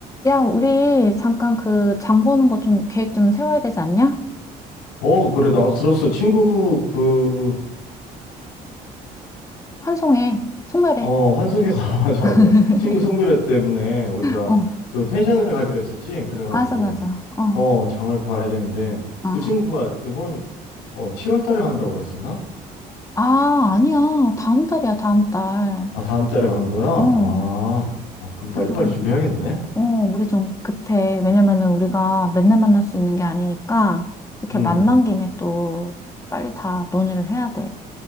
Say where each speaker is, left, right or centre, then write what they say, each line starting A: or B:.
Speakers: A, on the left; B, on the left.
A: 야, 우리 잠깐 그 장 보는 거 좀 계획 좀 세워야 되지 않냐?
B: 어, 그래, 나도 들었어. 친구, 그,
A: 환송해. 송별해.
B: 어, 환승회가, <laughs> 맞아, 맞아.
A: <laughs>
B: 친구 성별회 때문에 우리가
A: 어,
B: 그 펜션을 가기로 했었지? 그래가지고,
A: 맞아, 맞아. 어,
B: 어, 장을 봐야 되는데,
A: 아,
B: 그 친구가 이번, 어, 7월 달에 간다고 그랬었나?
A: 아, 아니야. 다음 달이야, 다음 달.
B: 아, 다음 달에 가는 거야? 아,
A: 어,
B: 어, 그럼 빨리빨리
A: 그래서,
B: 준비해야겠네?
A: 어, 우리 좀 급해. 왜냐면은 우리가 맨날 만날 수 있는 게 아니니까, 이렇게
B: 음,
A: 만난 김에 또 빨리 다 논의를 해야 돼.